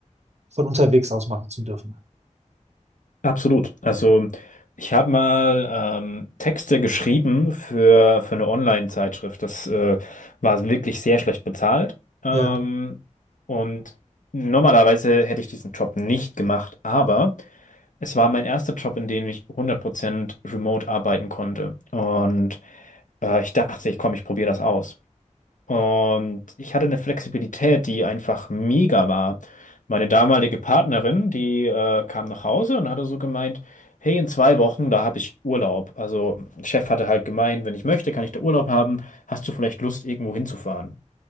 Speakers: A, on the right; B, on the left.
A: von unterwegs aus machen zu dürfen.
B: Absolut. Also ich habe mal ähm, Texte geschrieben für, für eine Online-Zeitschrift. Das äh, war wirklich sehr schlecht bezahlt. Ähm,
A: Ja.
B: und normalerweise hätte ich diesen Job nicht gemacht, aber es war mein erster Job, in dem ich hundert Prozent remote arbeiten konnte. Und äh, ich dachte, ich komm, ich probiere das aus. Und ich hatte eine Flexibilität, die einfach mega war. Meine damalige Partnerin, die äh, kam nach Hause und hatte so gemeint, hey, in zwei Wochen, da habe ich Urlaub. Also, Chef hatte halt gemeint, wenn ich möchte, kann ich da Urlaub haben. Hast du vielleicht Lust, irgendwo hinzufahren?